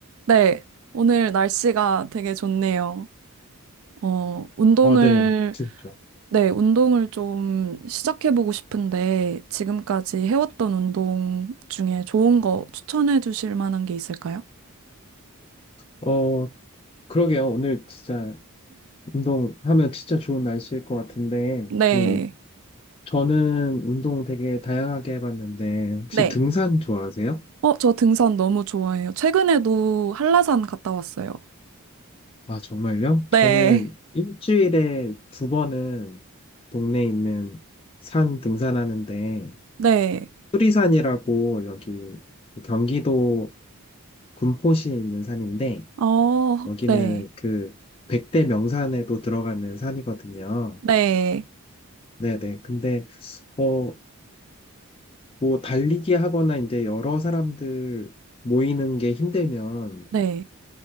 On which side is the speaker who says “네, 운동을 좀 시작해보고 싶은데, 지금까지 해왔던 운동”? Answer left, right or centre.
Right